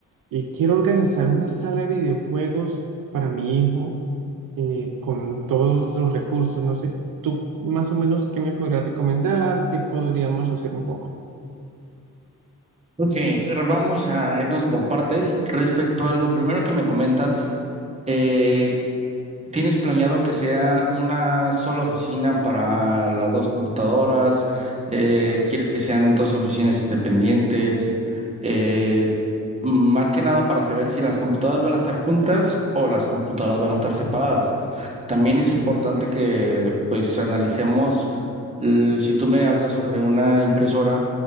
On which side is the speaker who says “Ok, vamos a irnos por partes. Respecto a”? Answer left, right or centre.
Right